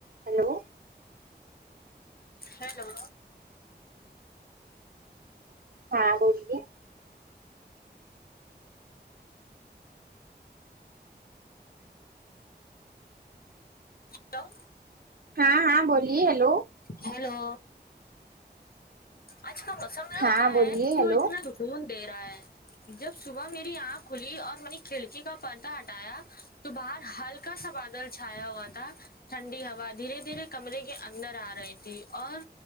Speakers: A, on the right; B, on the left.
A: hello
B: hello
A: ہاں بولیے
B: hello
A: ہاں ہاں بولیے ہیلو
B: ہیلو آج کا موسم
A: ہاں
B: پتا
A: بولیے
B: ہے کہوں
A: ہیلو
B: اتنا سکون دے رہا ہے جب صبح میری آنکھ کھلی اور میں نے کھڑکی کا پردہ ہٹایا تو باہر ہلکا سا بادل چھایا ہوا تھا ٹھنڈی ہوا دھیرے دھیرے کمرے کے اندر آ رہی تھی اور